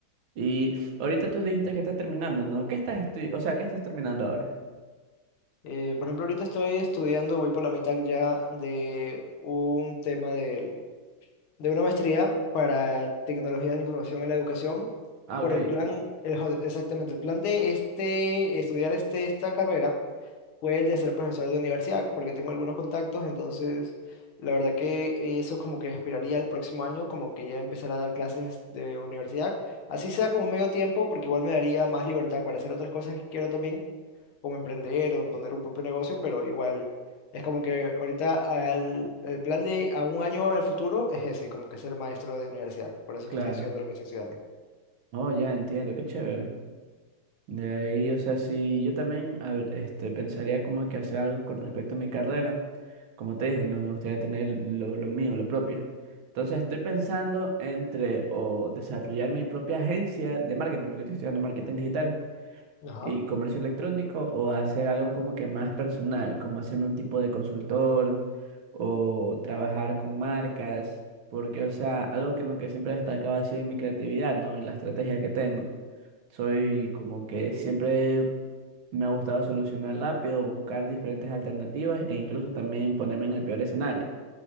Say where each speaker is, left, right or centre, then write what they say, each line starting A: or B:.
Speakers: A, on the right; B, on the left.
A: Y ahorita tú dijiste que estás terminando, ¿no? ¿Qué estás estudiando? O sea, ¿qué estás terminando ahora?
B: Eh, por ejemplo, ahorita estoy estudiando, voy por la mitad ya de un tema del- de una maestría para tecnologías de la información en la educación,
A: Ah,
B: por
A: ok,
B: el plan, el jo- exactamente, el plan de este, estudiar este, esta carrera. fue el de ser profesor de universidad, porque tengo algunos contactos, entonces la verdad que eso como que aspiraría al próximo año, como que ya empezar a dar clases de universidad, así sea como medio tiempo, porque igual me daría más libertad para hacer otras cosas que quiero también, como emprender o poner un propio negocio, pero igual es como que ahorita al, el plan de a un año al futuro es ese, como que ser maestro de universidad, por eso
A: claro.
B: es que estoy estudiando lo que estoy estudiando.
A: Oh, ya entiendo, qué chévere. De ahí, o sea, sí, yo también hab- este, pensaría como que hacer algo con respecto a mi carrera. Como te dije, no me gustaría tener lo, lo mío, lo propio. Entonces estoy pensando entre o desarrollar mi propia agencia de marketing, porque estoy estudiando marketing digital
B: Ajá.
A: y comercio electrónico, o hacer algo como que más personal, como hacerme un tipo de consultor o trabajar con marcas, porque, o sea, algo que, en lo que siempre he destacado ha sido en mi creatividad, ¿no? En la estrategia que tengo. Soy como que siempre me ha gustado solucionar rápido, buscar diferentes alternativas e incluso también ponerme en el peor escenario.